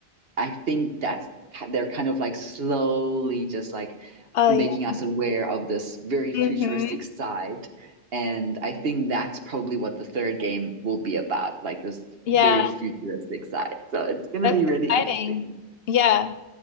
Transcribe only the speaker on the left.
Oh
yeah.
hmm
Yeah,
that's
exciting.
Yeah.